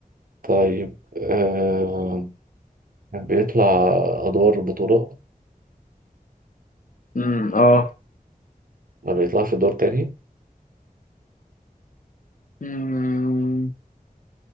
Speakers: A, on the right; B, on the left.
A: طيب آه بيطلع أدوار بطولة
B: امم اه
A: ما بيطلعش دور تاني
B: مم.